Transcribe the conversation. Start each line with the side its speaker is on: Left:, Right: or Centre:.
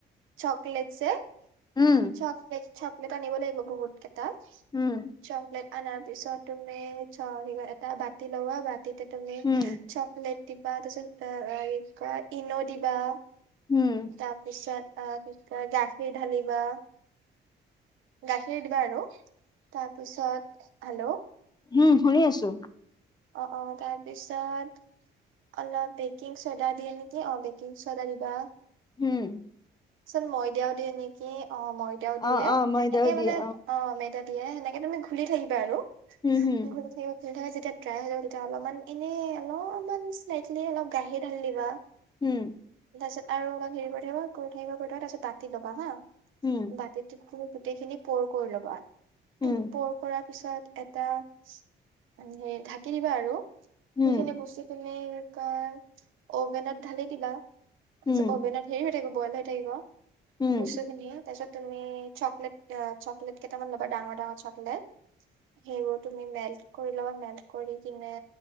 Right: চকলেটছে যে
Left: উম।
Right: চকলেট চকলেট আনিব লাগিব বহুত কেইটা
Left: উম,
Right: চকলেট অনাৰ পিছত তুমি এটা বাতি লবা বাতিতে তুমি
Left: উম,
Right: চকলেট দিবা তাৰ পিছত অ কি কয় ইন দিবা
Left: উম।
Right: তাৰ পিছত অ কি কয় গাখীৰ ঢালিবা। গাখীৰ দিবা আৰু তাৰপিছত হেল্ল।
Left: উম, শুনি আছো
Right: অ', অ', তাৰপিছত অলপ বেকিং চডা দিয়ে নেকি অ বেকিং চডা দিবা।
Left: হম।
Right: চোন ময়দা দিয়ে নেকি অ ময়দাও দিয়ে
Left: অ', অ',
Right: সেনেকে
Left: ময়দাও
Right: মানে
Left: দিয়ে
Right: অ মেদা দিয়ে সেনেকে তুমি ঘূলি থাকিবা আৰু
Left: হুম, হুম,
Right: ঘূলি থাকিবা ঘূলি থাকিবা যেতিয়া ড্ৰাই হৈ যাব তেতিয়া অলপমান এনে অলপমান স্লাইটলি অলপ গাখীৰ ঢালি দিবা।
Left: হম।
Right: তাৰপিছত আৰু অলপ হেৰি কৰি থাকিবা কৰি থাকিবা কৰি তাৰপিছ বাতি ল'ব হা
Left: উম,
Right: বাতিটোত তুমি গোটেইখিনি পৰ কৰি ল'বা
Left: হুম,
Right: পৰ কৰাৰ পিছত এটা সেই ঢাকি দিবা আৰু সেইখিনি
Left: হুম,
Right: বস্তুখিনি কি কয় অভেনত ঢালি দিবা তাৰপিছত
Left: হুম,
Right: অভেনত হেৰি হৈ থাকিব বইল হয় থাকিব।
Left: হুম,
Right: বস্তু খিনি তাৰপিছত তুমি চকলেট অ', চকলেট কেইটামান ল'বা ডাঙৰ ডাঙৰ চকলেট সেইবোৰ তুমি মেল্ট কৰি ল'বা মেল্ট কৰি কিনে